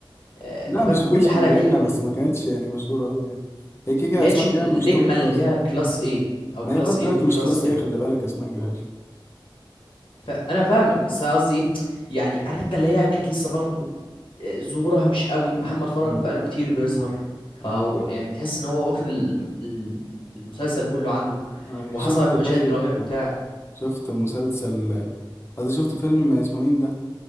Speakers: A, on the left (about 75°); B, on the left (about 30°).
A: آه،
B: لا
A: انت فاهم
B: مش ما
A: كل
B: كانتش
A: حلقه
B: في بدايتنا
A: كده يجيله
B: بس ما كانتش يعني مشهوره قوي يعني هي كده
A: ما
B: كده
A: كانتش
B: اسماء
A: النجمه
B: جلال مش توب
A: اللي
B: كلاس
A: هي كلاس ايه او
B: ما
A: كلاس
B: هي لغايه دلوقتي
A: ايه توب كلاس
B: مش كلاس
A: كده
B: ايه خلي بالك اسماء جلال
A: فانا فاهمك بس أنا قصدي ايه يعني عارف انت اللي هي كانت لسه برضو ظهورها مش قوي محمد فرج
B: مم.
A: بقاله كتير بيظهر فهو
B: ايوه
A: يعني تحس ان هو واخد الم- ال- المسلسل كله عنده
B: ايوه
A: وحصلت
B: شفت
A: مشاهد
B: طيب
A: درامية بتاع
B: شفت مسلسل قصدي شفت فيلم اسمه مين ده